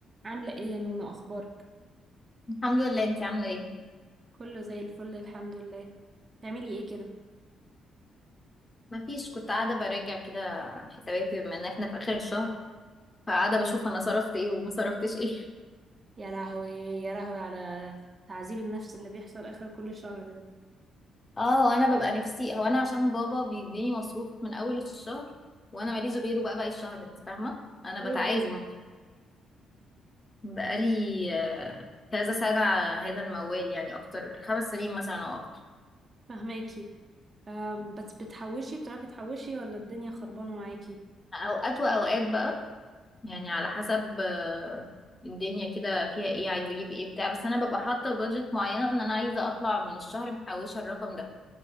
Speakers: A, on the right; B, on the left.
A: عاملة ايه يا نونو اخبارك
B: الحمد لله انت عامله ايه
A: كله زي الفل الحمد لله تعملي ايه كده
B: ما فيش كنت قاعده براجع كده حساباتي بما ان احنا في اخر الشهر فقاعده بشوف انا صرفت ايه وما صرفتش ايه
A: يا لهوي يا لهوي على تعذيب النفس اللي بيحصل اخر كل شهر ده
B: اه هو انا ببقى نفسي هو انا عشان بابا بيديني مصروف من اول الشهر وانا ماليش غيره بقى باقي الشهر انت فاهمه انا بتعايز
A: ايوه
B: مصروف. بقالي آه، كذا سنه على هذا الموال يعني اكتر خمس سنين مثلا او اكتر
A: فهماكي أم بس بتحوشي بتعرفي تحوشي ولا الدنيا خربانة معاكي
B: اوقات واوقات بقى يعني على حسب آه، الدنيا كده فيها ايه عايزه اجيب ايه بتاع بس انا ببقى حاطه بادجت معينه ان انا عايزه اطلع من الشهر محوشه الرقم ده